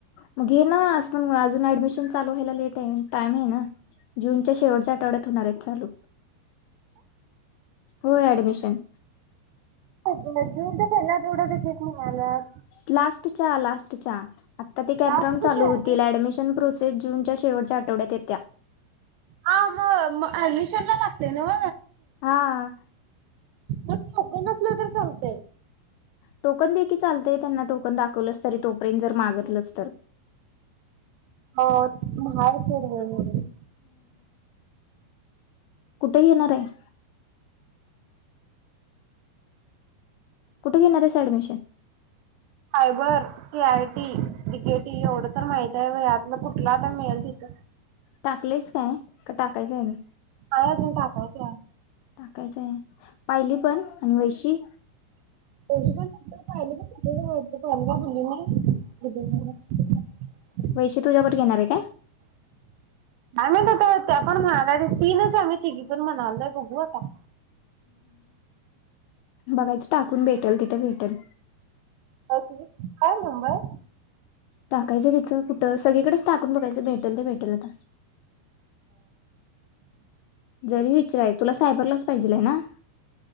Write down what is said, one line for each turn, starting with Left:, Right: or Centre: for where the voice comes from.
Left: मग घे ना, असं पण अजून ऍडमिशन चालू व्हायला लेट आहे, टाइम आहे ना, जूनच्या शेवटच्या आठवड्यात होणार आहेत चालू. होय ऍडमिशन
Right: <unintelligible> जूनच्या पहिल्या आठवड्यात <unintelligible> म्हणाल्यात.
Left: लास्ट च्या, लास्ट च्या, आता ते कॅपराऊंड
Right: लास्टच
Left: चालू
Right: आहे.
Left: होतील ऍडमिशन प्रोसस जूनच्या शेवटच्या आठवड्यात येत्या
Right: हां हां मग ऍडमिशन ला लागतय नव
Left: हां
Right: मग <unintelligible> नसलं तर चालतंय
Left: टोकन दे की चालतय त्यांना टोकन दाखवलस, तरी तोपर्यंत जर मागितलंच तर,
Right: हो <unintelligible> बोललेली
Left: कुठं घेणार आहेस? कुठं घेणार आहेस ऍडमिशन?
Right: फायबर <unintelligible> आय टी, ति केटी एवढं तर माहित आहे व्हय, यातलं कुठला आता मिळेल तिथ.
Left: टाकलेस काय झालं?
Right: नाय अजून टाकायच.
Left: टाकायचंय पाहिली पण आणि वैशी
Right: वैशीच पाहिल अजून काय म्हटले नाही
Left: वैशी तुझ्यावर घेणार
Right: ती
Left: आहे काय
Right: नाही म्हण का आपण म्हला तीन समिती की चल म्हणालंय बघू आता.
Left: बघायच टाकून भेटेल तिथे भेटेल.
Right: अ काय नंबर
Left: टाकायचं तिथं कुठ तर सगळीकडेच टाकून बघायचं भेटेल ते भेटेल आता. जरी विचाराय तुला सायबरला च् पाहिजेल हेना?